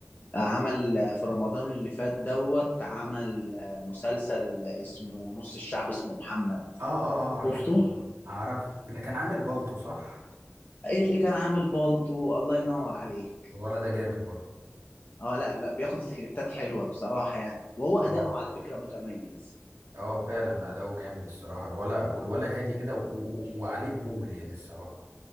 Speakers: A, on the left; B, on the right.
A: آه، عمل آه، في رمضان اللي فات دوت عمل آه، مسلسل اسمه نص الشعب اسمه محمد
B: آه آه آه، عرفته
A: شفته؟
B: عرفته اللي كان عامل بالطو صح؟
A: ايه اللي كان عامل بالطو الله ينور عليك
B: الولا ده جامد برضه
A: اه لا لا بياخد سكريبتات حلوه بصراحه يعني وهو اداؤه
B: اه
A: على فكره متميز
B: اه فعلا أداؤه جامد الصراحة الولا والولا هادي كده و... و... وعليه قبول يعني الصراحة